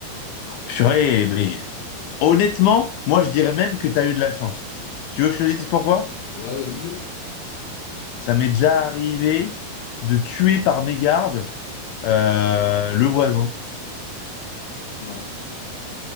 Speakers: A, on the left (about 80°); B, on the left (about 65°).
A: Purée, mais honnêtement, moi, je dirais même que tu as eu de la chance. Tu veux que je te dise pourquoi?
B: Ouais, vas-y dis.
A: Ça m'est déjà arrivé de tuer par mégarde euh, le voisin.
B: Non.